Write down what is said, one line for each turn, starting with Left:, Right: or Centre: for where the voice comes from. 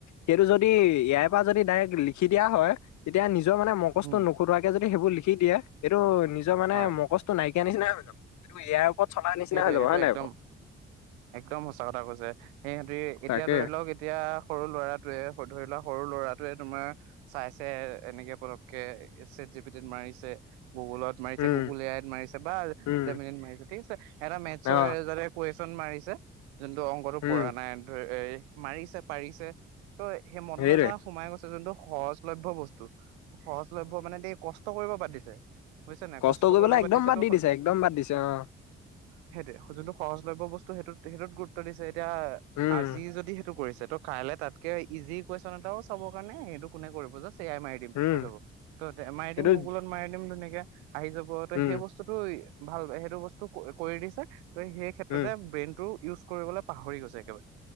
Left: সেইটো যদি ইয়াৰপৰা যদি দাইৰেক লিখি দিয়া হয় তেতিয়া নিজৰ মানে মগজটো
Right: উম
Left: নুখোটোৱাকে যদি সেইবোৰ লিখি দিয়া এইটো নিজৰ মানে
Right: হয়
Left: মগজটো নাইক- নিচিনা হৈ যাব এইটো এ আইৰ ওপৰত চলা নিচিনা
Right: সেইটোৱে
Left: হৈ যাব
Right: সেইটো
Left: হয়নে নাই
Right: একদম
Left: বাও
Right: একদম সঁচা কথা কৈছে সিহঁতি এতিয়া
Left: তাকে
Right: ধৰি লওক এতিয়া সৰু ল'ৰাটোৱে ধৰি লোৱা সৰু ল'ৰাটোৱে তোমাৰ চাইছে এনেকে পতককে চেট জিপিটিত মাৰিছে গুগুলত মাৰিছে
Left: উম
Right: গুগুল এ আইত মাৰিছে বাছ
Left: উম
Right: জেমিনিত মাৰিছে ঠিক আছে মে
Left: অ
Right: য <unintelligible> <unintelligible> যোনটো অংকটো
Left: উম
Right: পৰা নাই ধ এই <unintelligible> মাৰিছে পাৰিছে তই সেই মনত
Left: সেইটোৱে
Right: এটা সোমাই গৈছে ইটো কিন্তু সহজলভ্য বস্তু সহজ লভ্য মানে দে কষ্ট কৰিব পাৰে। দিছে। বুজিছা নাই
Left: কষ্টটো
Right: কষ্ট
Left: কৰিবলে
Right: কৰিব
Left: একদম বাদ
Right: তো
Left: দি দিছে একদম বাদ দিছে অহ
Right: সেইটোৱে যোনটো সহজলভ্য বস্তু সেইটোত গুৰুত্ব দিছে এতিয়া
Left: উম,
Right: আজি যদি সেইটো কৰিছে ত' কাইলে তাতকে ইজি কুৱেশচন এটাও চাব কাৰণে সেইটো কোনে কৰিব য়াই মাৰি দিম
Left: উম,
Right: হৈ যাব ত মাৰি
Left: সেইটো
Right: দিম গুগুলত মাৰি দিম ধুনীয়াকে। আহি যাব ত
Left: উম,
Right: সেই বস্তুটো ভাল সেইটো বস্তু কৰি দিছে তই সেই ক্ষেত্ৰতে
Left: উম,
Right: ব্ৰেইনটো ইউজ কৰিবলৈ পাহৰি গৈছে একেবাৰে